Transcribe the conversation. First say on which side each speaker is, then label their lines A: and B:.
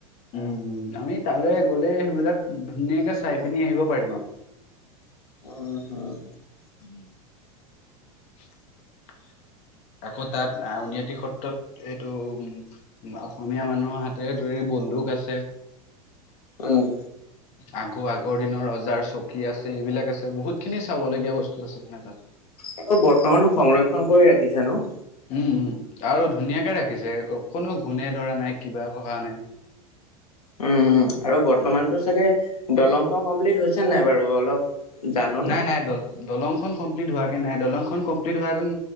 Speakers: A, on the left; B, on the left.
A: উম! আমি, তালৈ গ'লে সেইবিলাক ধুনীয়াকে চাই পিনি আহিব পাৰিম আও।
B: <unintelligible>
A: <unintelligible> আকৌ তাত, আউনীআটী সত্ৰত এইটো, উম! অসমীয়া মানুহৰ হাতেৰে তৈয়াৰী বন্দুক আছে।
B: উম!
A: আগৰ আগৰ দিনৰ ৰজাৰ চকী আছে। এইবিলাক আছে, বহুত খিনি চাব লগগীয়া বস্তু আছে মানে তাত।
B: এইটো বৰ্তমানো সংৰক্ষণ কৰি ৰাখিছে ন'?
A: উম! উম! আৰু ধুনীয়াকে ৰাখিছ। কোনো ঘূণে ধৰা নাই, কিবা হোৱা নাই।
B: উম! আৰু বৰ্তমানতো
A: উম,
B: চাগে দলং খন কমপ্লিট হৈছে নাই বাৰু অলপ জাননে
A: নাই, নাই। দল, দলংখন কমপ্লিট হোৱা হোৱাগে নাই। দলংখন কমপ্লিট হোৱা হেঁতেন